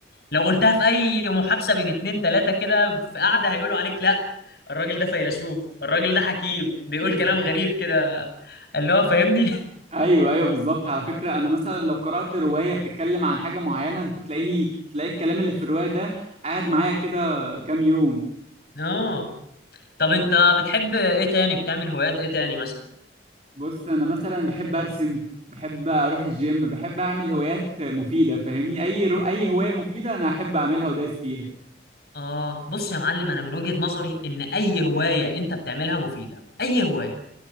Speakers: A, on the left (about 55°); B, on the right (about 35°).
A: لو قلتها في اي محادثة بين اتنين تلاتة كده في قعدة هيقولوا عليك لا الراجل ده فيلسوف الراجل ده حكيم بيقول
B: <laughs>
A: كلام غريب كده اللي هو فاهمني
B: ايوه ايوه بالظبط على فكره انا مثلا لو قرات روايه بتتكلم عن حاجه معينه انت تلاقيني تلاقي الكلام اللي في الروايه ده قاعد معايا كده كام يوم
A: <laughs> اه طب انت بتحب ايه تاني بتعمل هوايات ايه تاني مثلا
B: بص انا مثلا بحب ارسم بحب اروح الجيم بحب اعمل هوايات مفيده فاهمني اي رو... اي هوايه مفيده انا احب اعملها ودايس فيها
A: اه بص يا معلم انا من وجهة نظري ان اي هواية انت بتعملها مفيدة اي هواية